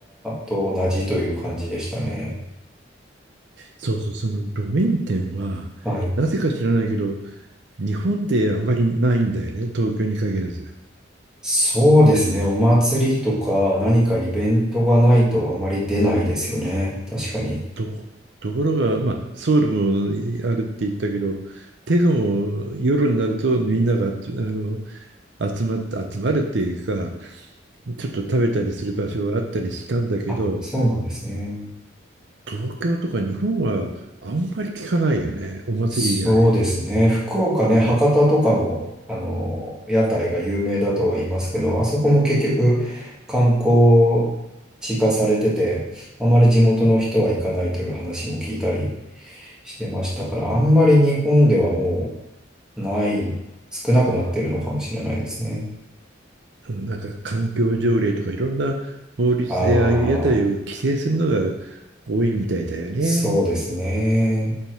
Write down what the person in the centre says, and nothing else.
と同じという感じでしたね。
はい。
そうですね。お祭りとか何かイベントがないとあまり出ないですよね。確かに。
あ、そうなんですね。
そうですね。福岡ね、博多とかも、あの、屋台が有名だとは言いますけど、あそこも結局観光地化されてて、あまり地元の人は行かないという話も聞いたりしてましたから、あんまり日本ではもうない、少なくなってるのかもしれないですね。
ああ、
そうですね。